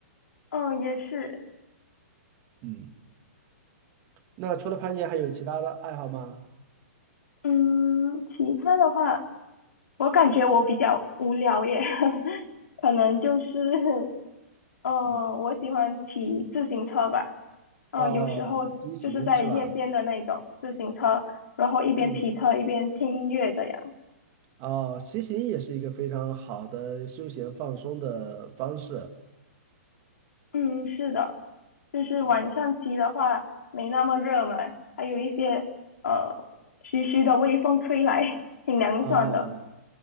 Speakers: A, on the left (about 75°); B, on the right (about 35°).
A: 嗯、也是，
B: 嗯，那除了攀岩，还有其他的爱好吗？
A: 嗯，其他的话，我感觉我比较无聊耶，<laughs> 可能就是，呃，
B: 嗯，
A: 我喜欢骑自行车吧，呃，
B: 哦，
A: 有时候就是在夜间的那种自行车，
B: 骑行是吧？
A: 然后一边骑车一边听音乐这样。
B: 嗯，哦，骑行也是一个非常好的休闲放松的方式。
A: 嗯，是的，就是晚上骑的话没那么热嘛，
B: 嗯，
A: 还有一些呃徐徐的微风吹来，挺凉爽的。
B: 哦，